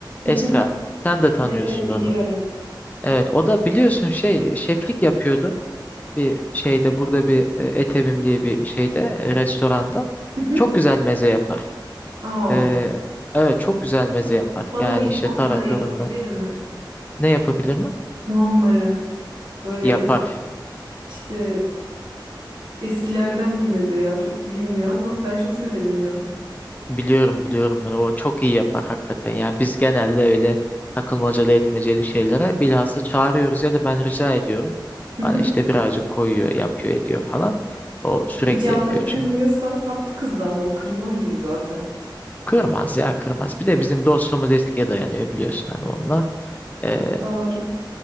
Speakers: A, on the right; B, on the left.
A: Hı
B: Esra.
A: hı.
B: Sen de tanıyorsun
A: Evet evet
B: onu.
A: biliyorum.
B: Evet o da biliyorsun şey şeflik yapıyordu. Bir şeyde burada bir e, Etevim diye bir şeyde e, restoranda.
A: Hı hı.
B: Çok güzel meze yapar.
A: Aa,
B: E, evet çok güzel meze yapar.
A: bana
B: Yani
A: bir
B: işte
A: muammara
B: taratorundan.
A: yapabilir mi?
B: Ne yapabilir mi?
A: Muammara böyle
B: Yapar.
A: öz, işte Eskilerden bir meze ya. Çok bilinmiyor ama ben çok severim ya.
B: Biliyorum biliyorum ben o çok iyi yapar hakikaten. Ya biz genelde öyle takılmacalı etmeceli şeylere bilhassa çağırıyoruz ya da ben rica ediyorum.
A: Hı hı.
B: Bana işte birazcık koyuyor, yapıyor, ediyor falan. O sürekli
A: Ricaları
B: yapıyor
A: kırmıyorsa
B: çünkü.
A: tatlı kızdı ama o kırmaz gibi zaten.
B: Kırmaz ya kırmaz. Bir de bizim dostluğumuz eskiye dayanıyor biliyorsun hani onunla. Ee,
A: Doğru.